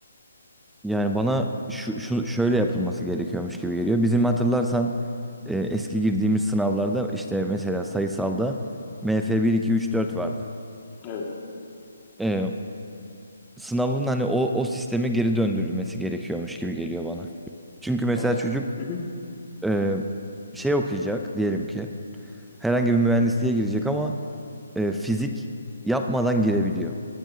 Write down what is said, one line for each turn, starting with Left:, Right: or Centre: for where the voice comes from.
Centre: Yani bana şu, şu şöyle yapılması gerekiyormuş gibi geliyor. Bizim hatırlarsan e, eski girdiğimiz sınavlarda işte mesela sayısalda MF 1 2 3 4 vardı.
Left: Evet.
Centre: E, sınavın hani o o sisteme geri döndürülmesi gerekiyormuş gibi geliyor bana. Çünkü mesela
Left: Ya mes-
Centre: çocuk
Left: Hı hı.
Centre: e, şey okuyacak diyelim ki herhangi bir mühendisliğe girecek ama e, fizik yapmadan girebiliyor.